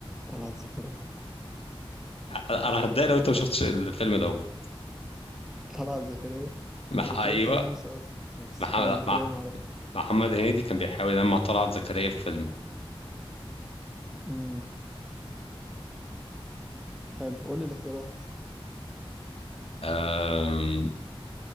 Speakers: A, in the centre; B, on the left.
A: طلعت زكريا
B: انا هتضايق لو انت ما شفتش الفيلم دوت
A: طلعت زكريا
B: مح...
A: انا كنت
B: ايوه
A: اقول كلا نوسة اصلا بس
B: محمد
A: طلعت زكريا
B: مع...
A: ما اعرف
B: محمد هنيدي كان بيحاول ينام مع طلعت زكريا في فيلم
A: امم حلو قول لي الاختيارات
B: أم...